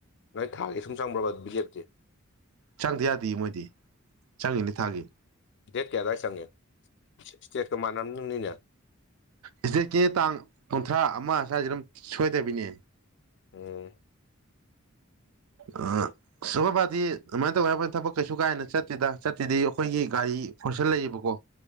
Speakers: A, on the left; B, on the right.
A: ꯅꯣꯏ ꯊꯥꯒꯤ ꯁꯨꯝ ꯆꯪꯕ꯭ꯔꯕ ꯕꯤꯗꯤꯌꯦꯞꯇꯤ
B: ꯆꯪꯗ ꯌꯥꯗꯦ ꯃꯣꯏꯗꯤ ꯆꯪꯉꯤꯅꯤ ꯊꯥꯒꯤ
A: ꯗꯦꯠ ꯀꯌꯥꯗꯥꯥꯗꯒ ꯆꯪꯉꯤ ꯁ꯭ꯇꯦꯠꯀ ꯃꯥꯟꯅ ꯔꯝꯗꯣꯏꯅꯤꯅꯦ
B: ꯏꯁꯇꯦꯠꯀꯤ ꯇꯥꯡ ꯀꯨꯟꯊ꯭ꯔꯥ ꯑꯃ ꯁ꯭ꯋꯥꯏꯁꯤꯗ ꯑꯗꯨꯝ ꯁꯣꯏꯗꯕꯤꯅꯦ
A: ꯑꯣ <unintelligible>
B: ꯑ ꯑꯩꯈꯣꯏꯕꯥꯗꯤ ꯑꯗꯨꯃꯥꯏꯅ ꯇꯧꯋꯦꯍꯥꯏꯕꯒꯤ ꯋꯥꯅꯦ ꯊꯕꯛ ꯀꯩꯁꯨ ꯀꯥ ꯍꯦꯟꯅ ꯆꯠꯇꯦꯗ ꯆꯠꯇꯨꯏꯗꯤ ꯑꯩꯈꯣꯏꯒꯤ ꯒꯥꯔꯤ ꯐꯣꯔꯁꯟ ꯂꯩꯌꯦꯕꯀꯣ